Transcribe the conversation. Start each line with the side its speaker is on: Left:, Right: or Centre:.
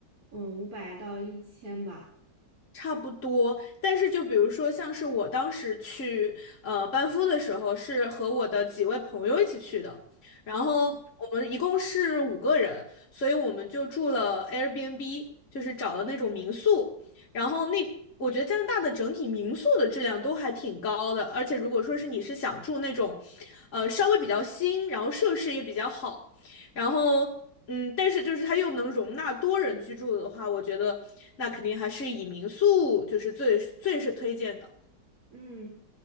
Right: 呃嗯，五百到一千吧。
Left: 差不多，但是就比如说，像是我当时去呃班夫的时候，是和我的几位朋友一起去的，然后我们一共是五个人，所以我们就住了 Airbnb，就是找了那种民宿，然后那我觉得加拿大的整体民宿的质量都还挺高的，而且如果说是你是想住那种，呃稍微比较新，然后设施也比较好，然后。嗯，但是就是它又能容纳多人居住的话，我觉得那肯定还是以民宿就是最最是推荐的。
Right: 嗯，